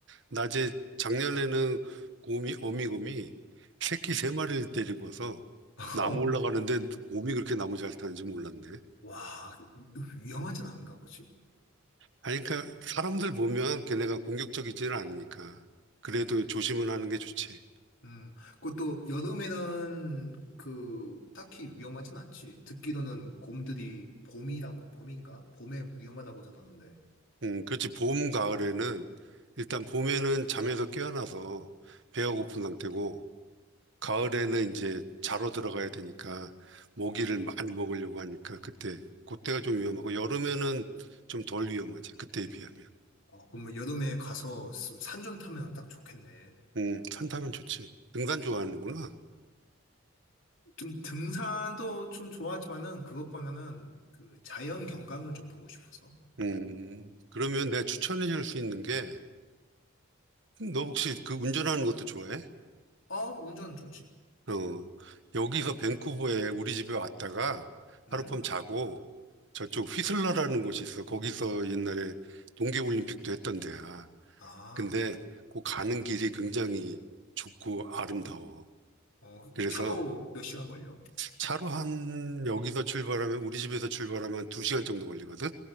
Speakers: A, on the right (about 55°); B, on the left (about 65°).
A: 낮에 작년에는 곰이, 어미곰이 새끼 세 마리를 데리고 와서
B: <laughs>
A: 나무 올라가는데 곰이 그렇게 나무 잘 타는지 몰랐네.
B: 와, 위험하진 않은가 보지?
A: 아니, 그러니까 사람들 보면 걔네가 공격적이지는 않으니까. 그래도 조심은 하는 게 좋지.
B: 음, 그것도 여름에는 그 딱히 위험하진 않지. 듣기로는 곰들이 봄이라고, 봄인가? 봄에 위험하다고 들었는데.
A: 음, 그렇지. 봄, 가을에는 일단 봄에는 잠에서 깨어나서 배가 고픈 상태고 가을에는 이제 자러 들어가야 되니까 모기를 많이 먹으려고 하니까 그때 그때가 좀 위험하고 여름에는 좀 덜 위험하지. 그때에 비하면.
B: 어, 그럼 여름에 가서 산 좀 타면 딱 좋겠네.
A: 음, 산타면 좋지. 등산 좋아하는구나.
B: 좀 등산도 좀 좋아하지만은 그것보다는 그 자연 경관을 좀 보고 싶어서.
A: 음, 그러면 내가 추천해 줄 수 있는 게, 너 혹시 그 운전하는 것도 좋아해?
B: 어 운전 좋지.
A: 어, 여기서 밴쿠버에 우리 집에 왔다가
B: 응?
A: 하룻밤 자고 저쪽 휘슬러라는 곳이 있어. 거기서 옛날에 동계올림픽도 했던 데야.
B: 아,
A: 근데 그 가는 길이 굉장히 좋고 아름다워.
B: 어,
A: 그래서
B: 차로 몇 시간 걸려?
A: 차로 한 여기서 출발하면 우리 집에서 출발하면 두시간 정도 걸리거든?